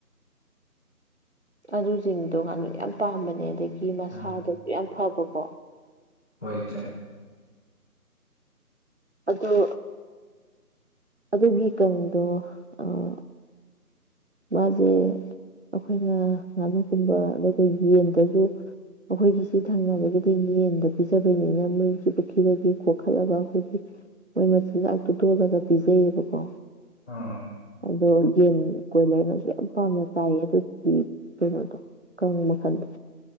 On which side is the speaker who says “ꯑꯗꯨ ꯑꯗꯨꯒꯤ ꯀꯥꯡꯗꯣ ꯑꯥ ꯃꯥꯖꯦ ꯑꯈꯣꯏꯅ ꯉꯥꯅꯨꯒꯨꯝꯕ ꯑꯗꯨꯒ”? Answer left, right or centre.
Right